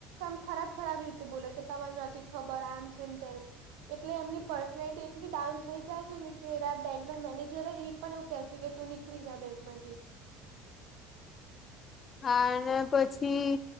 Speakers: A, on the right; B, on the left.
A: મ ખરાબ ખરાબ રીતે બોલો કે તને નથી ખબર આમ છે ને તેમ એટલે એમની પર્સનાલિટી એટલી ડાઉન થઈ જાય છે ને કે બેંકના મેનેજરો ઈ પણ એવ કે છે, કે તું નીકળી જા બેંકમાંથી
B: હા અને પછી